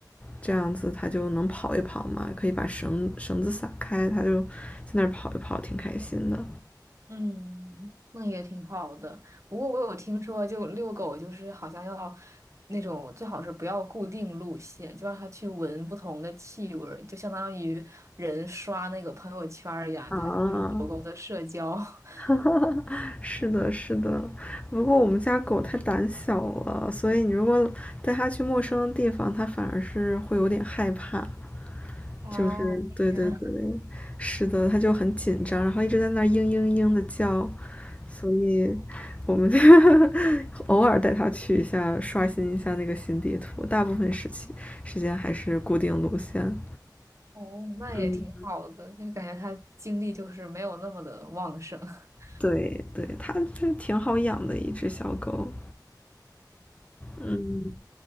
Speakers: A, on the left; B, on the right.
A: 这样子它就能跑一跑嘛，可以把绳绳子撒开，它就在那儿跑一跑，挺开心的。
B: 嗯，那也挺好的。不过我有听说，就遛狗就是好像要那种最好是不要固定路线，就让它去闻不同的气味儿，就相当于人刷那个朋友圈儿一样，
A: 啊。
B: 它就是狗狗的社交。<laughs>
A: <laughs> 是的，是的。不过我们家狗太胆小了，所以你如果带它去陌生的地方，它反而是会有点害怕。
B: 啊这
A: 就是对对对，是的，它就很紧张，然后一直在那儿嘤嘤嘤的叫，所以我们就 <laughs> 偶尔带它去一下，刷新一下那个新地图，大部分时期时间还是固定路线。
B: 哦，那也挺好的，
A: 嗯，
B: 就感觉它精力就是没有那么的旺盛。<laughs>
A: 对对，它是挺好养的一只小狗。嗯